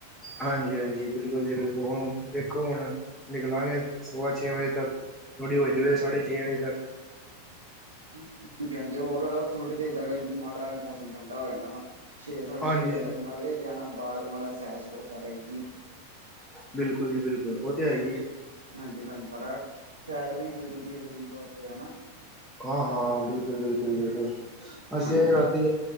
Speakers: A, in the centre; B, on the right.
A: ਹਾਂਜੀ, ਹਾਂਜੀ। ਬਿਲਕੁਲ ਜੀ ਬਿਲਕੁਲ, ਹੁਣ ਦੇਖੋ ਹੁਣ ਨਿਕਲਾਂਗੇ ਸਵਾ ਛੇ ਵਜੇ ਤੱਕ। ਥੋੜ੍ਹੀ ਹੋ ਜਵੇ ਸਾੜੇ ਛੇ ਵਜੇ ਤੱਕ।
B: ਹਾਂਜੀ, ਹਾਂਜੀ ਹੋਰ ਥੋੜੀ ਦੇਰ ਤਕ ਮਾ <unintelligible> ਮੌਸਮ ਠੰਡਾ ਹੋ ਜਾਣਾ ਵਾ, ਛੇ ਸਾੜੇ
A: ਹਾਂਜੀ
B: ਛੇ ਵਜੇ
A: ਹਾਂਜੀ
B: ਤੱਕ ਮ ਵੇ ਜਾਣਾ ਬਾਰ ਮਾੜਾ ਜਾ ਸੈਰ, ਸੂਰ ਕਰ ਆਈਦੀ
A: ਬਿਲਕੁਲ ਜੀ ਬਿਲਕੁਲ, ਓਤੇ ਹੈ ਈਏ।
B: ਹਾਂਜੀ, ਧਾਨੂੰ ਪਤਾ ਸੈਰ ਵੀ ਜਰੂਰੀ ਏ ਸਰੀਰ ਵਾਸਤੇ ਹਨਾ।
A: ਹਾਂ, ਹਾਂ ਬਿਲਕੁਲ, ਬਿਲਕੁਲ, ਬਿਲਕੁਲ ਅਸੀਂ
B: ਹਾਂਜੀ
A: ਏ ਰਾਤੀ